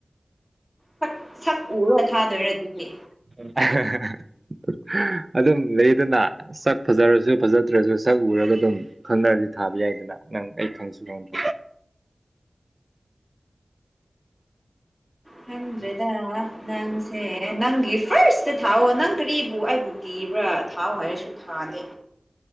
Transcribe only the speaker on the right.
<unintelligible> ꯑꯗꯨꯝ ꯂꯩꯗꯅ ꯁꯛ ꯐꯖꯔꯁꯨ ꯐꯖꯗ꯭ꯔꯁꯨ ꯁꯛ ꯎꯔꯒ ꯑꯗꯨꯝ ꯈꯪꯅꯔꯗꯤ ꯊꯥꯕ ꯌꯥꯏꯗꯅ ꯅꯪ ꯑꯩ ꯈꯪꯁꯨ ꯈꯪꯗꯦ